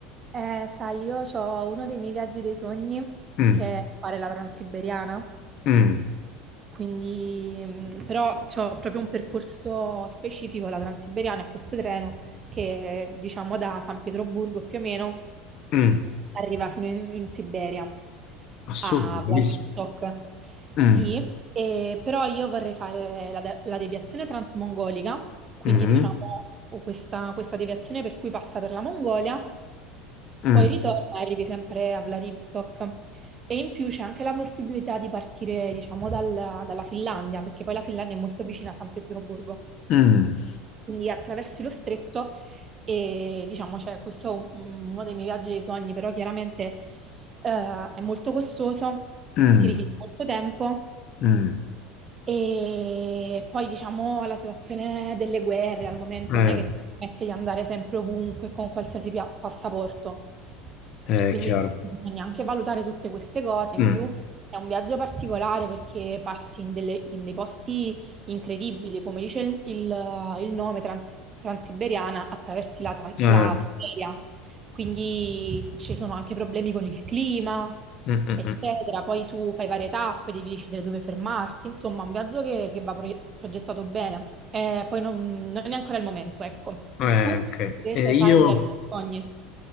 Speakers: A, on the right (about 25°); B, on the left (about 50°).
A: Eh, sai, io ho uno dei miei viaggi dei sogni
B: Mm,
A: che è fare la Transiberiana.
B: mm,
A: Quindi, mh, però, c'ho proprio un percorso specifico, la Transiberiana, e questo treno che, diciamo, da San Pietroburgo più o meno
B: mm.
A: arriva fino in, in Siberia,
B: Assurdo,
A: a
B: bellissimo.
A: Vladivostok.
B: Mm,
A: Sì, e- però io vorrei fare la, de- la deviazione transmongolica, quindi
B: mm,
A: diciamo o questa, questa deviazione per cui passa per la Mongolia
B: mm,
A: poi ritorna e arrivi sempre a Vladivostok. E in più c'è anche la possibilità di partire, diciamo, dalla dalla Finlandia, perché poi la Finlandia è molto vicina a San Pietroburgo.
B: mm,
A: Quindi attraversi lo stretto e diciamo, cioè, questo è un- mm, uno dei miei viaggi dei sogni, però chiaramente eh, è molto costoso,
B: mm,
A: ti richiede molto tempo.
B: mm.
A: E poi diciamo la situazione delle guerre al momento
B: Eh,
A: non è che ti permette di andare sempre ovunque con qualsiasi pia- passaporto.
B: è
A: Quindi
B: chiaro.
A: bisogna anche valutare tutte queste cose. In
B: Mm,
A: più è un viaggio particolare perché passi in, delle- in dei posti incredibili, come dice il, il- il nome trans- transiberiana, attraversi la, tran-
B: eh,
A: la Siberia. Quindi ci sono anche problemi con il clima,
B: mm, mm,
A: eccetera.
B: mm.
A: Poi tu fai varie tappe, devi decidere dove fermarti. Insomma, un viaggio che, che va pro- progettato bene. Eh, poi non, non è ancora il momento, ecco.
B: Eh,
A: Tu
B: ok.
A: invece
B: Eh, io,
A: hai un viaggio
B: il
A: dei sogni?